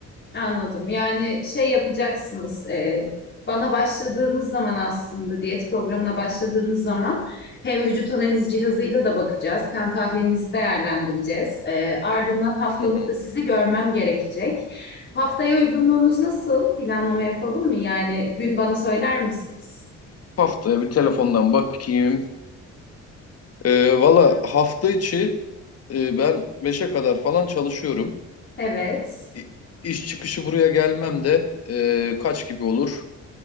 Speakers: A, on the left; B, on the left.
A: Anladım. Yani şey yapacaksınız. e, bana başladığınız zaman aslında diyet programına başladığınız zaman hem vücut analiz cihazıyla da bakacağız. Kan tahlilinizi değerlendireceğiz. E, ardından haftalık
B: Hı hı.
A: da sizi görmem gerekecek. Haftaya uygunluğunuz nasıl? Planlama yapalım mı? Yani gün bana söyler misiniz?
B: Haftaya bir telefondan bakayım. E, valla hafta içi e, ben beşe kadar falan çalışıyorum.
A: Evet.
B: İ- İş çıkışı buraya gelmem de e, kaç gibi olur?